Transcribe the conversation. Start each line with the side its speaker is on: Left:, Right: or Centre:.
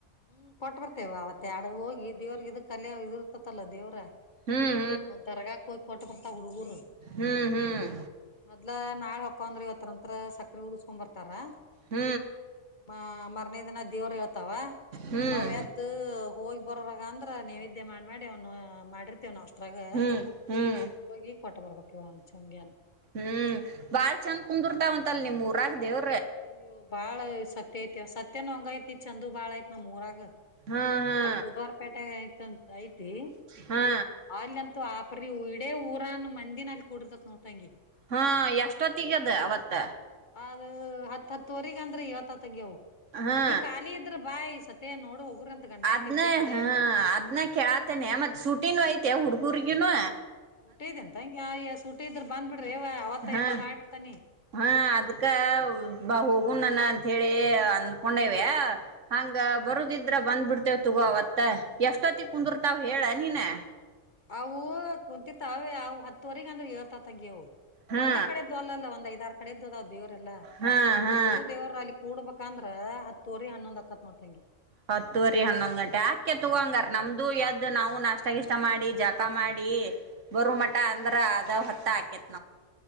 Left: ಹ್ಮ್ ಕೊಟ್ಟ ಬರ್ತೇವ ಅವತ್ತ ಎಡ ಹೋಗಿ ದೇವ್ರಿಗೆ ಇದ ಕಲ ಇದ ಇರ್ತತಲ್ಲ ದೇವ್ರರ್ಗಾ
Right: ಹ್ಮ್
Left: <unintelligible> ಯಕ ಕೊಟ್ಟ ಬರ್ತ ಹುಡುಗರ್
Right: ಹ್ಮ್ ಹ್ಮ್ ಹ್ಮ್
Left: ಮೊದ್ಲ ನಾಳೆ ಹಕಂದ್ರ ಇವತ್ತ ನಂತ್ರ ಸ <unintelligible> ಕ್ರ ದ್ಕೊ್ ಬರ್ತಾ <unintelligible>
Right: ಹ್ಮ್
Left: ಮ ಮರನೇ ದಿನ ದೇವ್ರ ಇತಾವ
Right: ಹ್ಮ್
Left: ಅವ್ಯದ್ದು ಹೋಗಿ ಬರಾಗ ಅಂದ್ರ ನೀವ ಮಾಡ್ ಮಾಡಿ ಅವ್ನು ಮಾಡಿರ್ತೇವ್ ಅಷ್ಟತ್ರಾಗ
Right: ಹ್ಮ್ ಹ್ಮ್
Left: ಹೋಗಿ ಕೊಟ್ಟ ಬರ್ಬೇಕೆ ಒ ಚಂಗೆ
Right: ಹ್ಮ್ ಬಾಳ ಚಂದ ಕುಂದರ್ತಾವಂತ ಅಲ್ ನಿಮ್ ಊರಾಗ ದೇವ್
Left: ಅಯ್ಯೋ ಬಾಳ ಸತ್ಯ ಐತಿ ಸತ್ಯನ ಹಂಗ ಐತಿ ಚಂದ ಬಾಳು ಐತ್ ನಮ್ ಊರಾಗ
Right: ಹಾ ಹಾ
Left: ಅಲ್ಲಿ ಬುಧವಾರ ಪೇಟೆಗೆ ಐತಂತ ಐತಿ
Right: ಹಾ
Left: ಆಲ್ಂತ ಆಪರಿ ಇಡೇ ಊರನ್ ಮಂದಿನ ಅಲ್ಲಿ ಕುೂಡರ್ತಕ್ ನೋಟಂಗಿ <inaudible>
Right: ಹಾ ಎಷ್ಟೊತ್ತಗದ ಅವತ್ತ
Left: ಅದ ಹತ್ ಹತ್ತುವರೆಗ ಅಂದ್ರೆ ಇವತ್ತುತ್ತಂಗಗೆವು
Right: ಹಾ
Left: ನೀ ಖಾಲಿ ಇದ್ರೆ ಬಾಯ ಸತ್ತ ನೋಡು ಹೋಗುರ್ ಅಂತ ಗಂಡ
Right: ಅದ್ನ
Left: ಹೆಂಡ್ತಿ ಇಬ್ರು ಕೂಡೆ
Right: ಹ ಅದ್ನ ಕೇಳತೇನೆ ಮತ್ ಸುಟಿನೂ ಐತೆ ಹುಡ್ಗುರ್ಗನು
Left: ಸೂಟಿ ಇದೆ ಅಂತ ಹಂಗಗೆ ಸೂಟಿಟ ಇದ್ರರು ಬಂದ್ ಬಿಡ್ರಿ ಇವ ಅವತ್ತ
Right: ಹಾ
Left: ಎಾ ಮಾಡ್ಬಿಡ್ತಾನಿ
Right: ಹಾ ಅದ್ಕ ಬಾ ಹೋಗುಣ ನನ ಅಂತ ಹೇಳಿ ಅನ್ಕೊಂಡೇವ <unintelligible> ಹಂಗ ಬರುದಿದ್ರ ಬಂದ್ಬ ಬಿಡ್ತೇವ ತಗೋ ಅವತ್ತ ಎಷ್ಟೊತ್ತ
Left: ಹ್ಮ್
Right: ಕುಂದಿರ್ತಾವ ಹೇಳ ನೀನೇ
Left: ಅವು ಕುಂತತೆ ಅವು ಹತ್ತುವರೆಗ ಅಂದ್ರ ಹೇಳ್ತ ತಂಗಿವು
Right: ಹಾ
Left: ಒಂದ ಕಡೆದು ಅಲ್ಲಲ್ಲ ಒಂದ್ ಐದ ಆಾರ ಕಡೆದ್ದು ಅದಾವ್ ದೇವ್ರಲ್ಲಾ
Right: ಹಾ ಹಾ
Left: ಇಷ್ಟು ದೇವ್ರ ಅಲ್ಲಿ ಕೂಡ್ಬೇಕು ಅಾಕಂದ್ರ ಹತ್ತುವರಿ ಹನ್ನೊಂದ್ ಅಕ್ಕತ್ ನೋಡ್ತಂಗಿ
Right: ಹತ್ತುವರಿ ಹನ್ನೊಂದ್ ಗಂಟೆ ಯಾಕೆ ತಗಂಗಾರ ನಮ್ದು ಯದ್ದ್ ನಾ್ ನಾಷ್ಟಗಿಷ್ಟ ಮಾಡಿ ಜಕ ಮಾಡಿ ಬರು ಮಠ ಅಂದ್ರ ಅದ ಹೊತ್ತ ಹಾಕೆತ್ತ